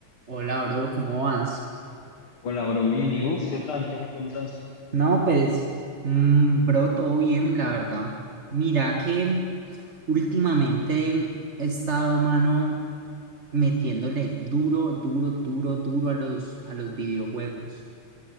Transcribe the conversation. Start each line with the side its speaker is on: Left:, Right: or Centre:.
Right: Hola, bro, ¿cómo vas?
Left: Hola, bro, bien. ¿Y vos qué tal? ¿Qué me contás?
Right: No, pues, mm, bro, todo bien, la verdad. Mira que últimamente he estado, mano, metiéndole duro, duro, duro, duro a los, a los videojuegos.